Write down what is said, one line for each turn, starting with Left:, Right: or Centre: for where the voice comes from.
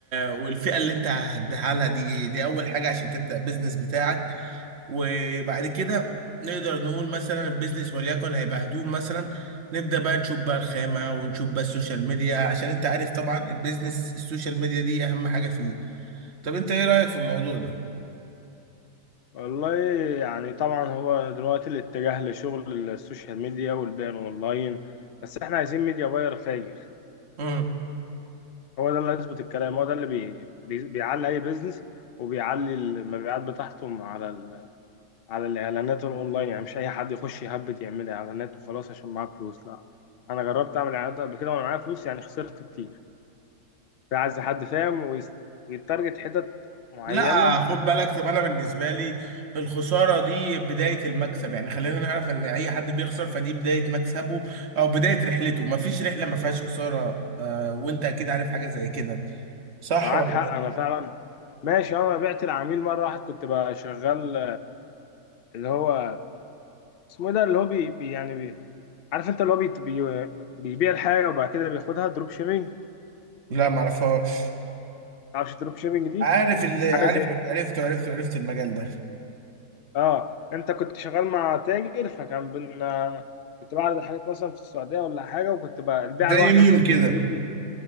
Right: والفئه اللي انت هتبيعها لها دي ايه دي اول حاجه عشان تبدا بيزنس بتاعك وبعد كده نقدر نقول مثلا البيزنس وليكن هيبقى هدوم مثلا نبدأ بقى نشوف بقى الخامة ونشوف بقى السوشيال ميديا عشان انت عارف طبعا البيزنس السوشيال ميديا دي اهم حاجة فيه طب انت ايه رأيك في الموضوع ده؟
Left: والله يعني طبعا هو دلوقتي الاتجاه لشغل السوشيال ميديا والبيع اونلاين بس احنا عايزين ميديا باير فاير
Right: مم.
Left: هو ده اللي هيظبط الكلام هو ده اللي بي... بي... بيعلي اي بيزنس وبيعلي المبيعات بتاعتهم على ال... على الاعلانات الاونلاين يعني مش اي حد يخش يهبد يعمل اعلانات وخلاص عشان معاه فلوس لا انا جربت اعمل اعلانات قبل كده وانا معايا فلوس يعني خسرت كتير في عايز حد فاهم ويس- ويتارجت حتت معينة
Right: لا خد بالك طب انا بالنسبة لي الخسارة دي بداية المكسب يعني خلينا نعرف ان اي حد بيخسر فدي بداية مكسبه او بداية رحلته مفيش رحلة ما فيهاش خسارة آه وانت اكيد عارف حاجة زي كده صح
Left: معاك
Right: ولا
Left: حق أنا فعلا ماشي أه، أنا بعت العميل مرة واحد كنت بقى شغال اللي هو اسمه إيه ده اللي هو بي بي يعني بي عارف أنت اللي هو بي بي بيبيع الحاجة وبعد كده بياخدها دروب شيبينج
Right: لا معرفهاش
Left: معرفش دروب شيبينج دي
Right: عارف اللي
Left: حاجة
Right: عارف
Left: زي
Right: عرفته عرفته عرفت المجال ده
Left: آه أنت كنت شغال مع تاجر فكان بينا كنت بعرض الحاجات مثلا في السعودية ولا حاجة وكنت بقى البيعة
Right: زي
Left: الواحدة
Right: نون
Left: مثلا كانت
Right: كده
Left: تجيب لي